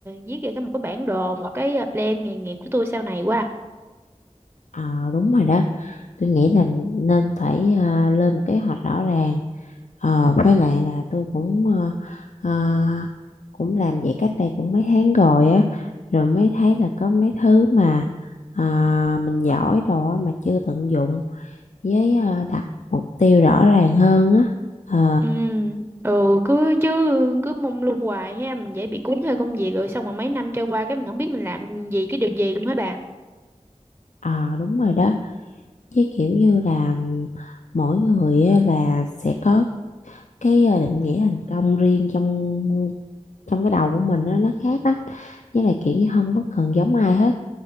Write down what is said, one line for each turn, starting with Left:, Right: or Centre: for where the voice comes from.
Right: viết ra cái một cái bản đồ, một cái ờ, plan nghề nghiệp của tôi sau này quá.
Left: ờ đúng rồi đó tôi nghĩ là nên phải ờ, lên một kế hoạch rõ ràng Ờ, với lại là tôi cũng ờ, ờ, cũng làm vậy cách đây cũng mấy tháng rồi á rồi mới thấy là có mấy thứ mà ờ, mình giỏi đồ á mà chưa tận dụng với ờ, đặt mục tiêu rõ ràng hơn á ờ
Right: Ừ, ừ cứ chứ cứ mông lung hoài ha, mình dễ bị cuốn theo công việc rồi xong rồi mấy năm trôi qua cái mình không biết mình làm gì cái điều gì luôn hả bà.
Left: ờ, đúng rồi đó chứ kiểu như là mỗi người á, là sẽ có cái ờ, định nghĩa thành công riêng trong trong cái đầu của mình á, nó khác lắm với lại kiểu như không có cần giống ai hết